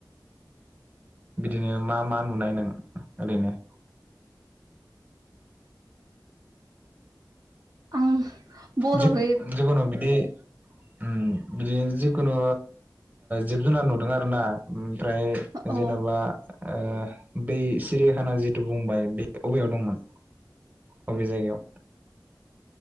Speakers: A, on the right; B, on the right.
A: बिदिनो मा। मा नुनाय नों ओरैनो।
B: आं बर'यै
A: जि जखुनु बिदि ओम बिदिनो जिखुनु जिब जुनार नुदों आरो ना? ओमफ्राय
B: औ
A: जेनेबा ओ बै सिरियाखाना जिहेथु बुंबाय बे बबेयाव दंमोन? अबि जायगायाव